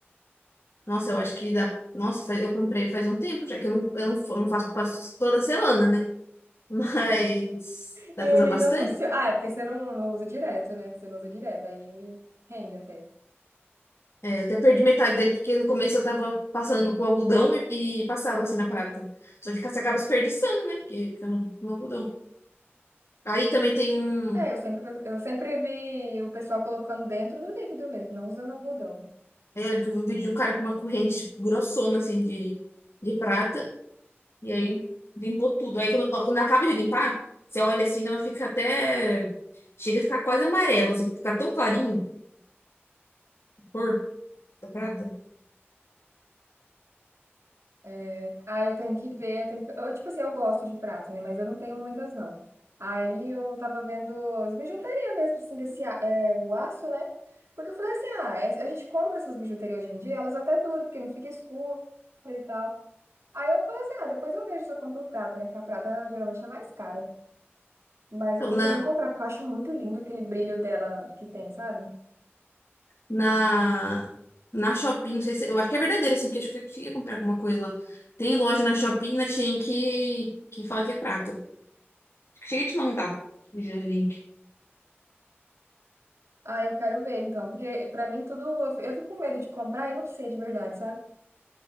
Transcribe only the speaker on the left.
Nossa, eu acho que dá. Nossa, faz- eu comprei faz um tempo já, que eu não, eu não, fa- não faço, passo toda semana, né? <laughs> Mas dá
pra usar bastante.
É, eu até perdi metade dele, porque no começo eu tava passando com algodão e, e passava assim na prata. Só que você acaba desperdiçando, né? Porque fica no, no algodão. Aí também tem um.
é, Eu lembro que eu vi um vídeo de um cara com uma corrente tipo, grossona, assim, de, de prata. E aí limpou tudo. Aí quando, quando acaba de limpar, você olha assim, ela fica até. Chega a ficar quase amarela, assim, fica tão clarinho a cor da prata.
Então,
na,
na, na Shopee, não sei se. Eu acho que é verdadeiro, assim, porque acho que eu cheguei a comprar alguma coisa lá. Tem loja na Shopee e na Shein que, que fala que é prata. Cheguei a te mandar já o link.